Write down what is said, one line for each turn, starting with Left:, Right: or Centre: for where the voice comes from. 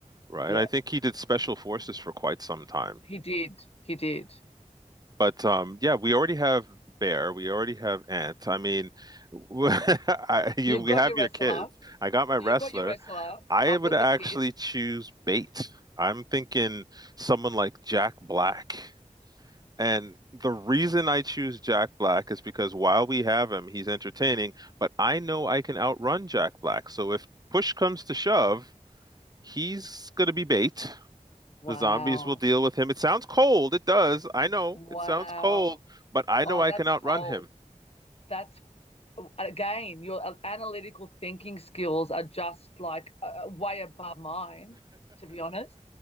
Right: right?
Left: Yeah,
Right: I think he did special forces for quite some time.
Left: he did. He did.
Right: But um yeah, we already have Bear, we already have Ant. I mean, <laughs> I, you,
Left: You've
Right: we
Left: got
Right: have
Left: your
Right: your
Left: wrestler.
Right: kids. I got my wrestler.
Left: You've got your wrestler.
Right: I
Left: I've
Right: would
Left: got
Right: actually
Left: the kids.
Right: choose Bait. I'm thinking someone like Jack Black. And the reason I choose Jack Black is because while we have him, he's entertaining, but I know I can outrun Jack Black. So if push comes to shove, He's gonna be bait.
Left: Wow.
Right: The zombies will deal with him. It sounds cold. It does. I know
Left: Wow.
Right: it sounds cold, but I
Left: Oh,
Right: know I
Left: that's
Right: can outrun
Left: cold.
Right: him.
Left: That's again, your analytical thinking skills are just like uh, way above mine, to be honest.